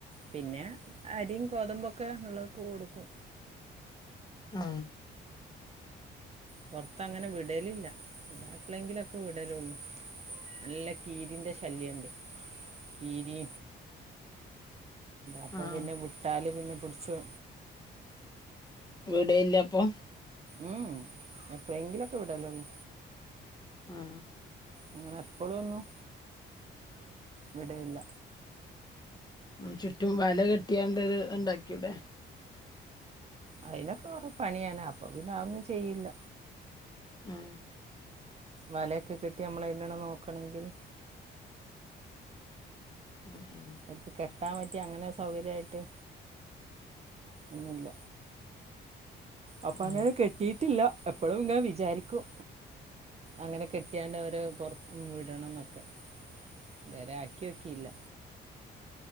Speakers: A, on the right; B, on the left.
A: പിന്നെ അരിയും ഗോതമ്പൊക്കെ ഇള്ളത് കൊടുക്കും
B: ആഹ്
A: പുറത്തങ്ങനെ വിടലില്ല ഇവിടെ എപ്പളെങ്കിലുക്കെ വിടലുള്ളു നല്ല കീരിന്റെ ശല്യം ഇണ്ട് കീരി അപ്പൊ
B: ആഹ്
A: പിന്നെ വിട്ടാലും പിന്നെ പിടിച്ചു
B: വിടീല്ല അപ്പൊ
A: ഉം എപ്പളേങ്കിലുക്കെ വിടലുള്ളു
B: മ്
A: അങ്ങനെ എപ്പഴും ഒന്നും വിടലില്ല
B: ഉം ചുറ്റും വല കെട്ടിയാണ്ടത് ഇത് ഇണ്ടാക്കിക്കൂടെ
A: അയിനൊക്കെ കൊറേ പണിയാണ് അപ്പൊ പിന്ന അതൊന്നും ചെയ്യില്ല
B: മ്
A: വലയൊക്കെ കിട്ടി നമ്മളയിനെ നോക്കണെങ്കില്
B: ഉം ഉം
A: എടുത്ത് കെട്ടാൻ പറ്റിയ അങ്ങനെ സൗകര്യായിട്ട് ഒന്നുല്ല അപ്പൊ
B: ആഹ്
A: അങ്ങനെ കെട്ടിയിട്ടില്ല എപ്പഴും ഇങ്ങനെ വിചാരിക്കും അങ്ങനെ കെട്ടിയാണ്ട് ഓരോ പുറത്ത്ന്ന് വിടണന്നൊക്കെ ഇത് വരെ ആക്യോക്കീല്ല.